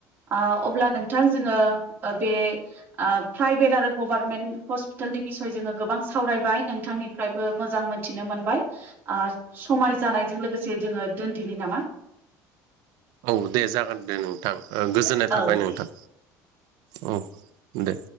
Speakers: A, on the right (about 30°); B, on the right (about 70°).
A: आ
B: औ
A: अब्ला नोंथां जोङो ओ बे ओ प्राइभेट आरो गभार्नमेन्ट हस्पिटालनि बिसय जोङो गोबां सावरायबाय नोंथां निफ्रायबो मोजां मोनथिनो मोनबाय आ समाय
B: औ
A: जानायजों लोगोसे जोङो दोनदिनि नामा।
B: औ दे जागोन दे नोंथां ओ गोजोननाय थाबाय
A: औ दे
B: नोंथां। औ दे